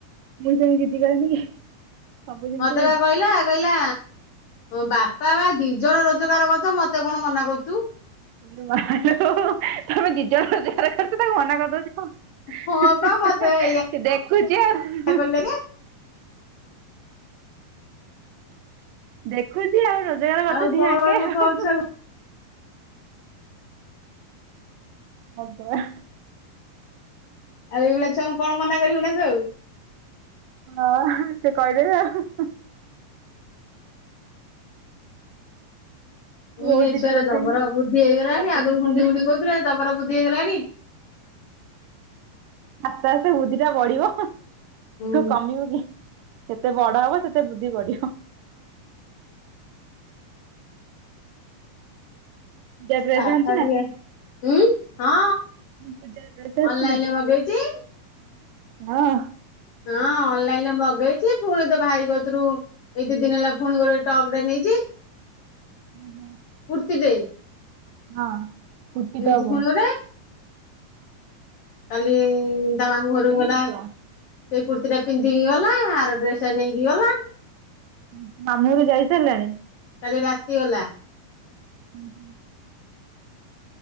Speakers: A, on the right; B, on the left.
A: ମୁଁ ସେମିତି ଜିଦି କରେନି କି। ସବୁ ଜିନିଷରେ
B: ମତେ ବା କହିଲା କହିଲା ବାପା ମା ଦି ଜଣ ରୋଜଗାର କରଛ ମତେ କଣ ମନା କରୁଛୁ।
A: ଇ ଲୋ ମାଲୋ ତମେ ଦିଜ ରୋଜଗାର କରୁଛ ତାକୁ ମନା କରିଦଉଛ କଣ?
B: ହଁ ବା ମତେ ଏଇଆ
A: ସେ ଦେଖୁଛି ଆଉ।
B: କହିଲା ଯେ
A: ଦେଖୁଛି ଆଉ ରୋଜଗାର କରୁଛ
B: ଆଉ କଣ
A: ଦି ଆଙ୍କେ
B: କହିବୁ କଣ
A: ଆଉ।
B: ଛୁଆକୁ
A: ହବା
B: ଆଉ ଏଇଭଳିଆ ଛୁଆକୁ କଣ ମନା କରିବୁ ନା ତ ଆଉ।
A: ହଁ ସେ କହିଦେବେ ଆଉ। ବହୁତ
B: ହୁଁ ଏ
A: ଜିଦି
B: ଛୁଆର
A: କରୁଛନ୍ତି
B: ଜବର
A: ନା।
B: ବୁଦ୍ଧି ହେଇଗଲାଣି।
A: ସବୁ
B: ଆଗରୁ
A: ଜିନିଷରେ
B: ଗୁଣ୍ଡି ଗୁଣ୍ଡି କହୁଥିଲେ ଜବର ବୁଦ୍ଧି ହେଇଗଲାଣି।
A: ଆସ୍ତେ ଆସ୍ତେ ବୁଦ୍ଧିଟା ବଢିବ
B: ହୁଁ
A: କମିବ କି? ସେତେ ବଡ ହବ ସେତେ ବୁଦ୍ଧି ବଢିବ। ଏମିଆ ଡ୍ରେସ୍
B: ପାଠ
A: ଆଣି‌ଛି ନା?
B: ଟିକେ ଉଁ ହଁ
A: ପୂଜା ଡ୍ରେସ ଆସିଛି
B: ଅନଲାଇନରେ
A: ନା?
B: ମଗେଇଚି।
A: ହଁ।
B: ହଁ ଅନଲାଇନରେ ମଗେଇଚି ପ୍। ପୁଣି ତୋ ଭାଇ କତିରୁ ଏଇ ଦି ଦିନ ହେଲା ଫୁଣି ଗୋଟେ ଟପଟେ ନେଇଚି।
A: ହୁଁ ହୁଁ।
B: କୁର୍ତ୍ତିଟେ।
A: ହଁ କୁର୍ତ୍ତି
B: ନେଇଛି
A: ଟପ।
B: ପୁଣି ଗୋଟେ କାଲି ତା ମାମୁଁ ଘରକୁ ଗଲା।
A: ହେଇଯିବ।
B: ସେ କୁର୍ତ୍ତିଟା ପିନ୍ଧିକି ଗଲା। ଆର ଡ୍ରେସଟା ନେଇକି ଗଲା।
A: ଉଁ ମାମୁଁ ଘରୁକୁ ଯାଇ ସାରିଲାଣି?
B: କାଲି ରାତି ଗଲା।
A: ହୁଁ ହୁଁ।